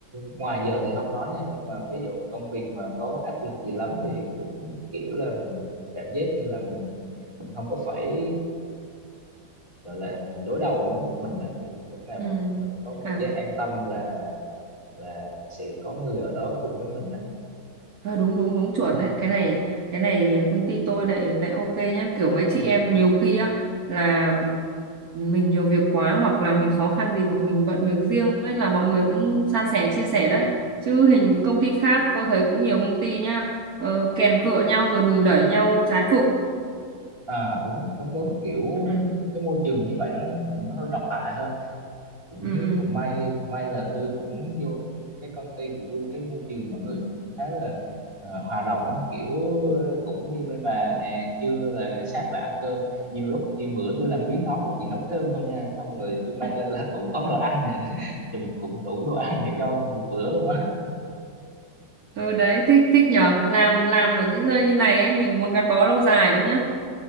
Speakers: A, on the right (about 15°); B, on the right (about 60°).
A: ngoài giờ thì không nói nha nhưng mà ví dụ công việc mà có áp lực gì lắm thì cũng kiểu là mình cảm giác như là mình mình không có phải gọi là mình đối đầu nó một mình á kiểu mình lúc nào
B: Ừ.
A: mình mình có cảm
B: À,
A: giác an tâm là là sẽ có người ở đó cùng với mình á
B: ờ, đúng đúng đúng chuẩn đấy. Cái này cái này công ty tôi lại lại ok nhá. Kiểu mấy chị em nhiều khi á là mình nhiều việc quá hoặc là mình khó khăn gì hoặc mình bận việc riêng ấy là mọi người cũng san sẻ chia sẻ đấy. Chứ hình công ty khác tôi thấy cũng nhiều công ty nhá, ờ, kèn cựa nhau rồi đùn đẩy nhau chán cực.
A: à đúng đúng đúng kiểu
B: Ừ.
A: cái môi trường như vậy nó thì nó hơi độc hại hơn cũng
B: Ừ.
A: cũng may cũng may là tôi cũng vô cái công ty của tôi cái môi trường mọi người cũng khá là ờ, hòa đồng á kiểu ờ, cũng như bên bà nè trưa là sát lại ăn cơm nhiều lúc như bữa tôi làm biếng nấu tôi chỉ nấu cơm thôi nha xong rồi tôi mang
B: ừ.
A: lên là cũng có đồ ăn <laughs> cũng cũng đủ đồ ăn để cho một bữa luôn á
B: Ừ đấy thích thích nhở làm làm ở những nơi như này ấy mình muốn gắn bó lâu dài lắm nhá